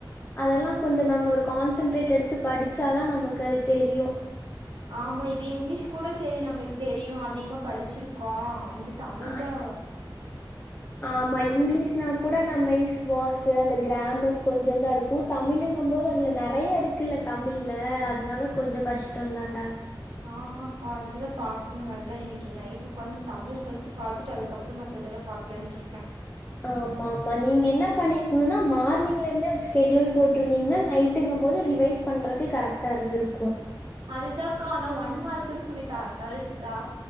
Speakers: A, on the left; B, on the right.
A: அதெல்லா கொஞ்ச நம்ம ஒரு கான்சென்ட்ரேட் எடுத்து படிச்சாதா நமக்கு அது தெரியு
B: ஆமா இது இங்கலீஷ் கூட சேரி நம்மளுக்கு தெரியு அதிகமா படிச்சிருக்கோ இது தமிழ்
A: ஆ
B: தா
A: ஆமா இங்லீஷ்னா கூட நம்ம ஸ் வாஸு அந்த கிராமர்ஸ் கொஞ்சந்தா இருக்கு தமிழுங்கம் போது அதுல நெறையா இருக்குல்ல தமிழ்ல அதனால கொஞ்ச கஷ்டந்தான்டா
B: ஆமாக்கா அதுதா பாக்கணு நல்லா இன்னக்கி நைட்டு ஒக்காந்து தமிழ் ஃபஸ்ட்டு பாத்துட்டு அதுக்கப்ற மத்தெல்லா பாக்கலான்ட்ருக்கே
A: ஆமா ஆமா நீங்க என்ன பண்ணிருக்கணும்னா மார்னிங் மார்னிங் ல இருந்து ஒரு ஷெட்யூல் போட்டிருந்தீங்கன்னா நைட்டுங்கும் போது ரிவைஸ் பண்றதுக்கு கரெக்டா இருந்து இருக்கும்
B: அதுதான் காணோ ஒன் மார்க்கன்னு சொல்லிட்டா அசால்ட்டா